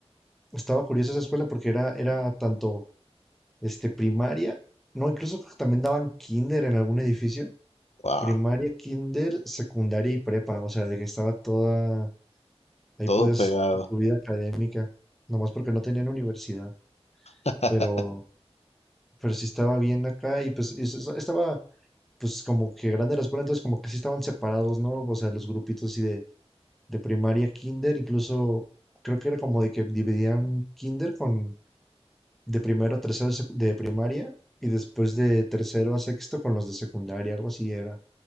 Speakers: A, in the centre; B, on the left (about 75°).
A: estaba curiosa esa escuela porque era, era tanto, este, primaria, no, incluso creo que también daban kinder en algún edificio.
B: Wow,
A: Primaria, kinder, secundaria y prepa, o sea, de que estaba toda, Ahí
B: todo
A: podías
B: pegado.
A: hacer toda tu vida académica, nomás porque no tenían universidad,
B: <laughs>
A: pero, pero sí estaba bien acá y pues es- es- estaba pues como que grande la escuela, entonces como que sí estaban separados, ¿no? O sea, los grupitos así de, de primaria, kinder, incluso creo que era como de que dividían kinder con de primero a tercero de sec- de primaria y después de tercero a sexto con los de secundaria, algo así era,